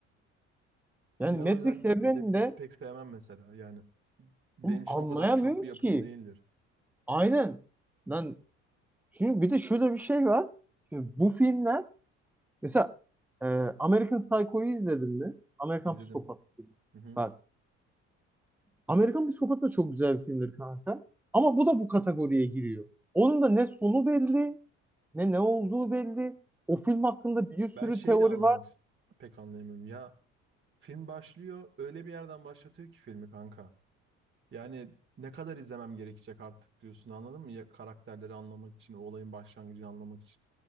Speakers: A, in the centre; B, on the right.
A: Yani
B: Ben
A: Matrix
B: o yüzden
A: evreninde
B: Matrix'i pek sevmem mesela. Yani benim
A: oğlum
B: için
A: anlayamıyorum
B: o kadar kült bir yapım
A: ki.
B: değildir.
A: Aynen. Lan çünkü bir de şöyle bir şey var. Şimdi bu filmler mesela e, American Psycho'yu izledin mi? Amerikan
B: İzledim.
A: Psikopat. filmi.
B: Hı hı.
A: Bak Amerikan Psikopat da çok güzel bir filmdir kanka. Ama bu da bu kategoriye giriyor. Onun da ne sonu belli ne ne olduğu belli. O film hakkında bir sürü
B: Ben şeyi
A: teori
B: de anlamak
A: var.
B: ist- pek anlayamıyorum. Ya film başlıyor, öyle bir yerden başlatıyor ki filmi kanka. Yani ne kadar izlemem gerekecek artık diyorsun anladın mı? Ya karakterleri anlamak için, o olayın başlangıcını anlamak için.